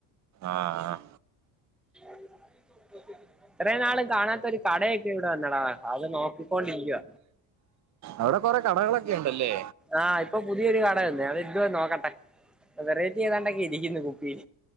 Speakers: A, on the right; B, in the centre.
A: ആഹ
B: <inaudible> ഇത്ര നാളും കാണാത്തൊ ഒരു കടയൊക്കെ ഇവിടെ വന്നടാ അത് നോക്കിക്കൊണ്ടിരിക്കുവ
A: അവിടെ കൊറെ കടകളൊക്കെ ഉണ്ടല്ലേ
B: ആഹ് ഇപ്പൊ പുതിയൊരു കട വന്ന് അത് യെന്തുവാ നോക്കട്ടെ വെറൈറ്റി ഏതാണ്ടൊക്കെ ഇരിക്കുന്നു കുപ്പിൽ